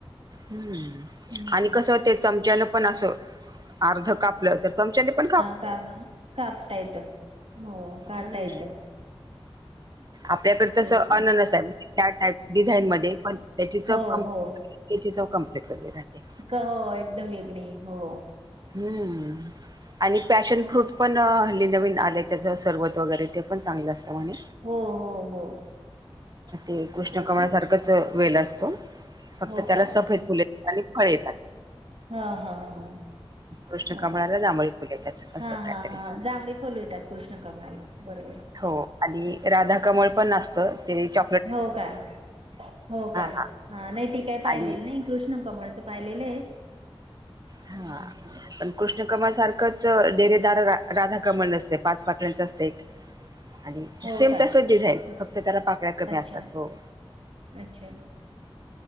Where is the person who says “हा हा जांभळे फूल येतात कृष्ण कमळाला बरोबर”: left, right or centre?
Right